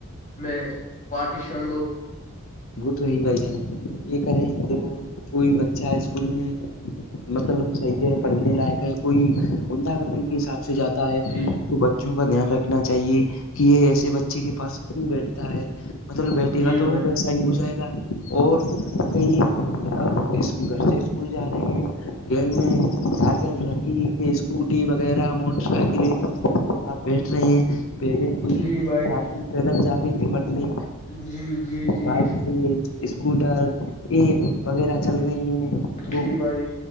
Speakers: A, on the left; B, on the left.
A: میں پارٹیشن
B: وہ تو ہے بھائی جان یہ کریں دیکھو کوئی بچہ اسکول میں مطلب صحیح ہے پڑھنے لائق ہے کوئی عمدہ قدری کے حساب سے جاتا ہے
A: جی
B: تو بچوں کا دھیان رکھنا چاہیے کہ یہ ایسے بچے کے پاس کیوں بیٹھتا ہے مطلب بیٹھے
A: جی
B: کا تو
A: بھائی
B: ویسا ہی ہو جائے گا اور کئی اس گھر سے اسکول جا رہے ہیں گیل میں سائیکل رکی کہ اسکوٹی وغیرہ موٹر سائیکل آپ بیٹھ رہے ہیں پہلے کوئی
A: جی بھائی
B: سائیکل پیدل جاتی تھی پٹلی
A: جی جی جی
B: بائک سے اسکوٹر یہ وغیرہ چل رہے ہیں وہ
A: جی بھائی